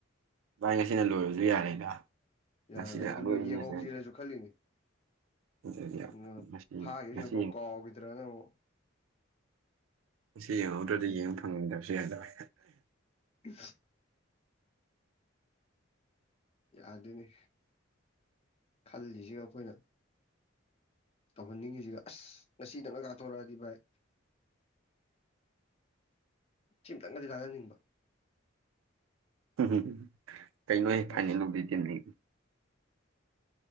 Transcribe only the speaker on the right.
ꯚꯥꯏ ꯉꯁꯤꯅ ꯂꯣꯏꯕꯁꯨ ꯌꯥꯔꯦꯗ
ꯉꯁꯤꯅ
ꯑꯔꯣꯏꯕ
ꯃꯦꯠꯁꯅꯦ
ꯑꯗꯨꯗꯤ
ꯉꯁꯤ
ꯉꯁꯤ
ꯑꯁꯤ ꯌꯦꯡꯍꯧꯗ꯭ꯔꯗꯤ
ꯌꯦꯡꯕ ꯐꯪꯅꯤꯡꯗꯕꯁꯨ ꯌꯥꯗꯕꯦ
ꯎ ꯀꯩꯅꯣ ꯐꯥꯏꯅꯦꯜ
ꯂꯧꯗꯣꯏ ꯇꯤꯅꯤ